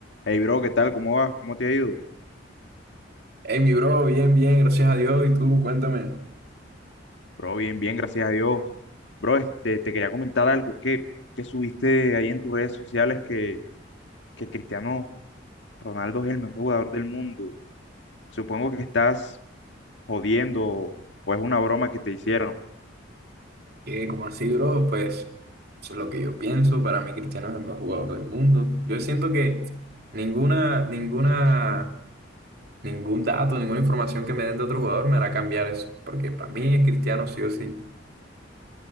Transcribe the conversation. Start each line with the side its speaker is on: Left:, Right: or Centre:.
Left: Hey, bro, ¿qué tal? ¿Cómo vas? ¿Cómo te ha ido?
Right: Hey, mi bro, bien, bien, gracias a Dios. Y tú, cuéntame,
Left: Bro, bien, bien, gracias a Dios. Bro, este, te quería comentar algo. Es que, que subiste ahí en tus redes sociales que, que Cristiano Ronaldo es el mejor jugador del mundo. Supongo que estás jodiendo o es una broma que te hicieron.
Right: ¿qué, cómo así, bro? Pues eso es lo que yo pienso. Para mí, Cristiano es el mejor jugador del mundo. Yo siento que ninguna, ninguna, ningún dato, ninguna información que me den de otro jugador me hará cambiar eso. Porque para mí es Cristiano sí o sí.